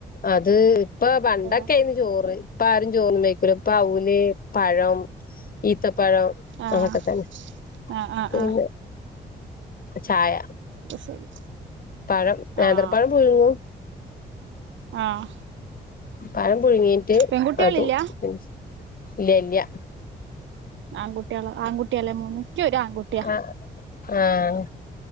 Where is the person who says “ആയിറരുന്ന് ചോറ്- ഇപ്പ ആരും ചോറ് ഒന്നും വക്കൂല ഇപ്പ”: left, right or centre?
Left